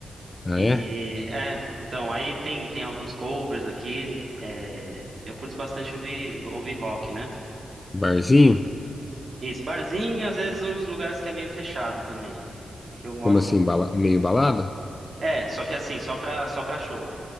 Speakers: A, on the left; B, on the right.
A: Ah,
B: E
A: é?
B: é, então, aí tem, tem alguns covers aqui. é, eu curto bastante ouvir, ouvir rock, né?
A: Barzinho?
B: Isso, barzinho, às vezes uns lugares que é meio fechado também. É que eu moro.
A: Como assim? bala- Meio balada?
B: É, só que assim, só pra, só pra show.